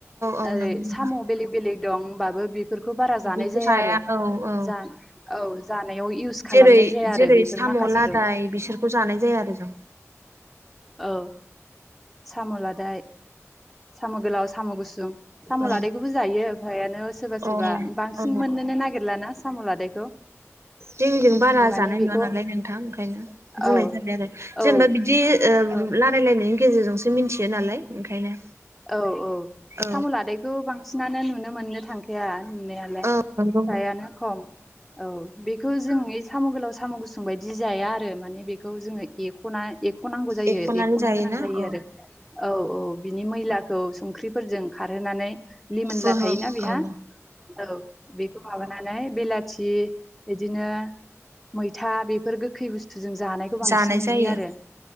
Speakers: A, on the right; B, in the centre.
A: औ
B: ओरै
A: नंगौ नोंथां
B: साम‌' बेलेग बेलेग दं होनबाबो बे फोरखौ बारा
A: बिदिखौ
B: जानाय जाया आरो
A: औ औ
B: जा औ जानायाव इउस खालामनाय
A: जेरै
B: जाया आरो
A: जेरै
B: बेफोर
A: साम'
B: माखासेखौ
A: लादाय बिसोरखौ जानाय जाया आरो जों।
B: औ साम' लादाय साम' गोलाव साम' गुसुं साम'
A: औ
B: लादाय खौबो जायो फ्रायानो सोरबा
A: अ
B: सोरबा बांसिन
A: औ
B: मोननोनो नागिरलाना साम' लादायखौ।
A: जोंनि जों बारा
B: माने
A: जानाय
B: बेखौ
A: नुवा नालाय नोंथां ओंखायनो
B: औ
A: बुंनाय जाबाय आरो
B: औ
A: जेनेबा बिदि ओ
B: औ
A: लारायलायनायनि गेजेरजोंसो मिनथियो नालाय ओंखायनो।
B: औ औ
A: औ
B: साम' लादायखौ बांसिनानो नुनो मोननो थांखाया नुनायालाय।
A: औ नंगौ
B: फ्रायानो खम औ बे खौ जों ओइ साम' गोलाव साम' गुसुं बायदि जाया आरो माने बेखौ जोङो एख खना एख'नांगौ जायो
A: एख'नानै
B: एख'नो
A: जायोना
B: गोनां जायो
A: औ
B: आरो औ औ बिनि मैलाखौ संख्रि फोरजों खारहोनानै लिमोनला
A: फोहोब
B: थायोना बेहा
A: औ
B: औ बे माबानानै बेलाथि बिदिनो मैथा बेफोर गोखै बुस थुजों जानायखौ बांसिन
A: जानाय
B: नुयो
A: जायो
B: आरो